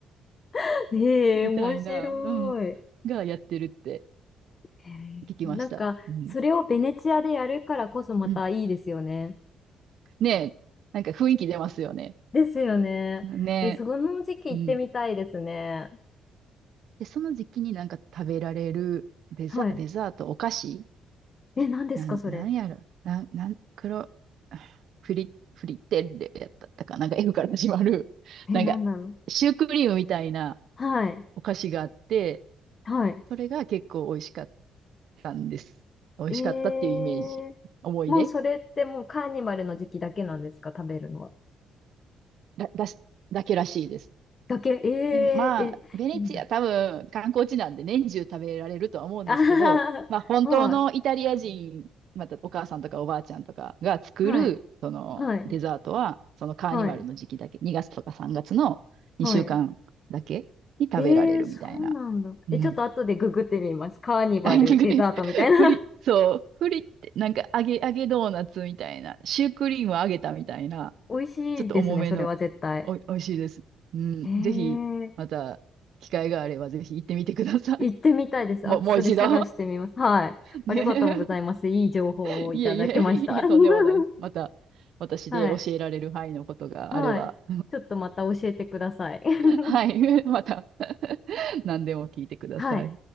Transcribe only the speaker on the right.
みたいな、
うん、がやってるって
聞きました。
うん。
うん。ねえ、なんか雰囲気出ますよね。
ね
え。うん。で、その時期になんか食べられるデザ、
デザート、お菓子
なん、
なんやろ。なん、なん、黒、フリ、フリッテッレやったったかな。なんか F から始まる。
なんか、
シュークリームみたいな
お菓子があって、
それが結構美味しかったんです。美味しかったっていうイメージ。
思い出
だ、だし、だけらしいです。
でもまあ、ベネチア多分観光地なんで年中食べられるとは思うんですけど、
まあ本当のイタリア人、またお母さんとかおばあちゃんとかが作るそのデザートは、
そのカーニバルの時期だけ、
2月とか3月の2週間だけに食べられるみたいな。
うん。
あ、逆に、
<laughs> フリ、そう、フリってなんか揚げ、揚げドーナツみたいな、シュークリームを揚げたみたいな、
ちょっと重めの、
おい、美味しいです。うん。
ぜひ、また、機会があれば、ぜひ行ってみてください。
<laughs> もう、
もう一度。
<laughs> ね
え。<laughs> いえいえ、<laughs> いえ、
とんでもないです。また、私で教えられる範囲のことがあれば、
<laughs> はい。<laughs> また、<laughs> 何でも聞いてください。